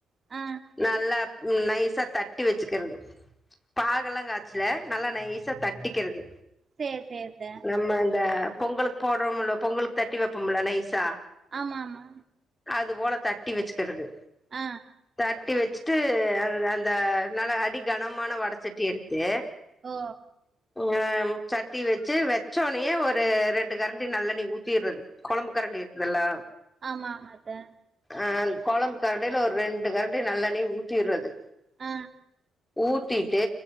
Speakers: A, on the right; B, on the left.
A: அ
B: நல்லா நைசா தட்டி வச்சுகறது பாகெல்லா காச்சல நல்லா நைஸ் சா தட்டிக்கிறது
A: சேரி சேரி அத்த
B: நம்ம இந்த பொங்கலுக் கு போடுறோம்ல்ல பொங்கலுக்கு தட்டி வைப்போமுல்ல நைசா
A: ஆமா ஆமா
B: அது போல தட்டி வச்சுகறது
A: அ
B: தட்டி வச்சிட்டு அ அந்த நல்ல அடிகனமான வடச்சட்டி எடுத்து
A: ஓ
B: அம் சட்டி வச்சு வெச்சோனயே ஒரு ரெண்டு கரண்டி நல்லெண்ணய ஊத் திர்றது கொழம்பு கரண்டி இருக்குதுல்ல
A: ஆமா ஆமாத்த
B: அ கொழம்பு கரண்டில ஒரு ரெண்டு கரண்டி நல்லெண்ணய ஊத்திறது
A: அ
B: ஊத்திட்டு